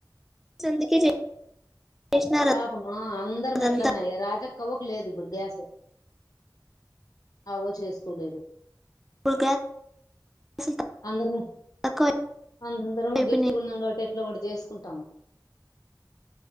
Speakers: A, in the centre; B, on the left (about 60°).
A: కావాల్సినందుకే చేసినారు
B: పాపమూ అందరం
A: అదంతా
B: ఎట్లన్నా రాజక్కవ్వకు లేదు ఇప్పుడు గ్యాస్ అవ్వో చేసుకోలేదు.
A: ఇప్పుడు గ్యాసులు
B: అందరము
A: తక్కువ
B: అందరము
A: అయిపోయినాయి
B: గట్టిగున్నాం కాబట్టి ఎట్ల ఓ ఒకటి చేసుకుంటాము.